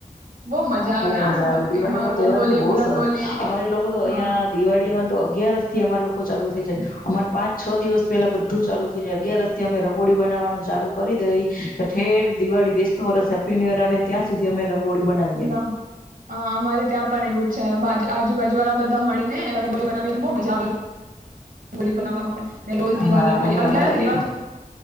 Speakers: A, on the right (about 70°); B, on the left (about 75°).
A: બહુ મજા
B: બહુ
A: આવે હા
B: મજા આવે. દિવાળી
A: એમાં
B: નો
A: રંગોલી
B: તહેવાર ભી બહુ
A: રંગોલી
B: સરસ. અમારી લોકો તો
A: હા
B: અહિયાં દિવાળી. તો અગિયારસ થી અમાર લોકો ચાલુ થઈ છે. અમાર પાંચ- છ દિવસ પેલા બધું ચાલુ થઈ છે. અગિયાર રસ થી અમે રંગોળી બનાવાનું ચાલુ કરી દઈ. ઠેર દિવાળી બેસ. સપ ય આવે ત્યાં સુધી અ <unintelligible> રંગોળી બનાવીએ.
A: અ અમારે ત્યાં પણ એવું છે. આજુબાજુ વાળા બધા મળીને રંગોલી બનાવી ને બહુ મજા આવે. રંગોળી બનાવવામાં પણ મે રોજ દીવા
B: હા
A: લગાવી
B: ગમે
A: અગાર
B: અને
A: દી
B: એ